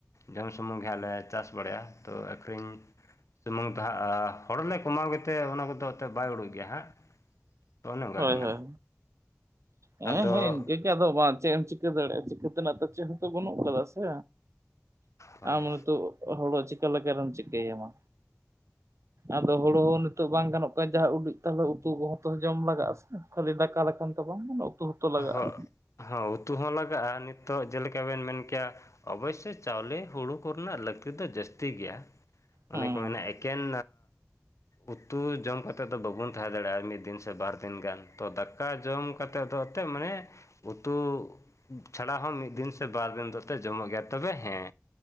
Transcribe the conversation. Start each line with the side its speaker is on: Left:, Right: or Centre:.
Left: ᱡᱚᱢ ᱥᱩᱢᱩᱝ ᱜᱮ ᱦᱟᱜ ᱞᱮ ᱪᱟᱥ ᱵᱟᱲᱟᱭᱟ᱾ ᱛᱚ ᱟᱹᱠᱷᱨᱤᱧ ᱡᱮᱢᱚᱱ ᱛᱟᱦᱟ ᱟ ᱦᱚᱲᱞᱮ ᱠᱚᱢᱟᱣ ᱜᱮᱛᱮ ᱚᱱᱟ ᱠᱚᱫᱚ ᱚᱛᱮ ᱵᱟᱭ ᱩᱰᱩᱠ ᱜᱮᱭᱟ ᱦᱟᱸᱜ ᱛᱚ ᱚᱱᱮ ᱚᱱᱠᱟ
Right: ᱦᱳᱭ
Left: ᱠᱟᱱᱟ
Right: ᱦᱳᱭ
Left: ᱟᱫᱚ
Right: ᱦᱮᱸ ᱦᱮᱸ ᱤᱱᱠᱟᱹ ᱜᱮ ᱟᱫᱚ ᱵᱟᱝ ᱪᱮᱫ ᱮᱢ ᱪᱤᱠᱟᱹ ᱫᱟᱲᱮᱭᱟᱜᱼᱟ? ᱪᱤᱠᱟᱹ ᱛᱮᱱᱟᱜ ᱛᱚ ᱪᱮᱫ ᱦᱚᱸᱛᱚ ᱵᱟᱹᱱᱩᱜ ᱠᱟᱫᱟ ᱥᱮ?
Left: ᱦᱳᱭ
Right: ᱟᱢ ᱦᱚᱛᱚᱜ ᱦᱚᱲᱳ ᱪᱤᱠᱟᱹ ᱞᱮᱠᱟᱨᱮᱢ ᱪᱤᱠᱟᱹ ᱭᱟᱢᱟ ᱟᱫᱚ ᱦᱩᱲᱩ ᱦᱚᱸ ᱱᱤᱛᱚᱜ ᱵᱟᱝ ᱜᱟᱱᱚᱜ ᱠᱟᱱᱟ ᱡᱟᱦᱟᱸ ᱩᱰᱩᱡ ᱛᱟᱞᱦᱮ ᱩᱛᱩ ᱠᱚᱦᱚᱸ ᱛᱚ ᱡᱚᱢ ᱞᱟᱜᱟᱜᱼᱟ ᱥᱮ ᱠᱷᱟᱹᱞᱤ ᱫᱟᱠᱟ ᱞᱮᱠᱷᱟᱱ ᱛᱚ ᱵᱟᱝ ᱩᱛᱩ ᱞᱟᱜᱟᱜᱼᱟ
Left: ᱦᱚᱜ ᱦᱚᱸ ᱩᱛᱩ ᱦᱚᱸ ᱞᱟᱜᱟᱜᱼᱟ, ᱱᱤᱛᱚᱜ ᱡᱮᱞᱮᱠᱟ ᱵᱮᱱ ᱢᱮᱱ ᱠᱮᱭᱟ᱾ ᱚᱵᱚᱥᱥᱳᱭ ᱪᱟᱣᱞᱮ ᱦᱩᱲᱩ ᱠᱚᱨᱮᱱᱟᱜ ᱞᱟᱹᱠᱛᱤ ᱫᱚ ᱡᱟᱹᱥᱛᱤ ᱜᱮᱭᱟ᱾ ᱚᱱᱮ
Right: ᱦᱩᱸ
Left: ᱠᱚ ᱢᱮᱱᱟ ᱮᱠᱮᱱᱻ ᱩᱛᱩ ᱡᱚᱢ ᱠᱟᱛᱮᱫ ᱫᱚ ᱵᱟᱵᱚᱱ ᱛᱟᱦᱮᱸ ᱫᱟᱲᱮᱭᱟᱜᱼᱟ ᱢᱤᱫ ᱫᱤᱱ ᱥᱮ ᱵᱟᱨ ᱫᱤᱱ ᱜᱟᱱ ᱛᱚ ᱫᱟᱠᱟ ᱡᱚᱢ ᱠᱟᱛᱮᱫ ᱫᱚ ᱮᱱᱛᱮᱫ ᱢᱟᱱᱮ ᱩᱛᱩ ᱪᱷᱟᱲᱟ ᱦᱚᱸ ᱢᱤᱫ ᱫᱤᱱ ᱥᱮ ᱵᱟᱨ ᱫᱤᱱ ᱫᱚᱯᱮ ᱡᱚᱢᱚᱜ ᱜᱮᱭᱟ᱾ ᱛᱚᱵᱮ ᱦᱮᱸ,